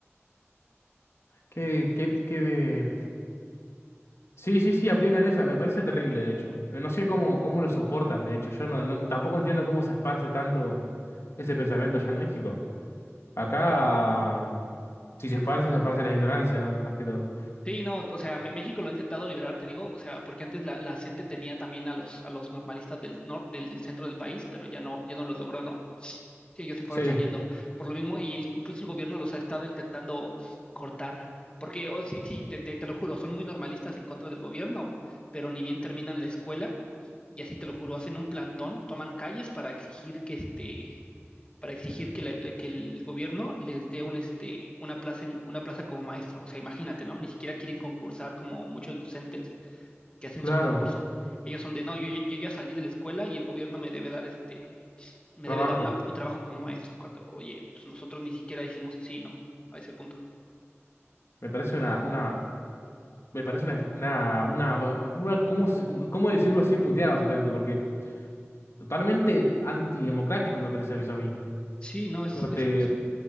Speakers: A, on the left; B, on the left.
A: Qué, qué, qué... Sí, sí, sí, aplican esa. Me parece terrible, de hecho. No sé cómo, cómo lo soportan, de hecho. Yo no, no- tampoco entiendo cómo se esparce tanto ese pensamiento allá en México. Acá, si se esparce, se esparce la ignorancia, ¿no? Más que todo.
B: Sí, no, o sea, Me- México lo ha intentado liberar, te digo, o sea, porque antes la, la CENTE tenía también a los, a los normalistas del norte, del centro del país, pero ya no, ya no los logró, ¿no? Sí, ellos se fueron
A: Sí,
B: saliendo por lo mismo y el- incluso el gobierno los ha estado intentando cortar, porque, oh, sí, sí, te, te, te lo juro, son muy normalistas en contra del gobierno, pero ni bien terminan la escuela, y así te lo juro, hacen un plantón, toman calles para exigir que este, para exigir que, la- la- que el gobierno les dé un, este, una plaza en, una plaza como maestro, o sea, imagínate, ¿no? Ni siquiera quieren concursar como muchos docentes, que hacen
A: claro,
B: su concurso. Ellos son de, no, yo, yo ya salí de la escuela y el gobierno me debe dar este, me
A: trabajo.
B: debe dar una- un trabajo como maestro, cuando, oye, pues nosotros ni siquiera hicimos así, ¿no? A ese punto.
A: Me parece una, una, me parece una, una, una, una- ¿cómo, se- cómo cómo decirlo sin putear, básicamente? Porque totalmente antidemocrático me parece eso a mí.
B: Sí, no, es,
A: Corte
B: es-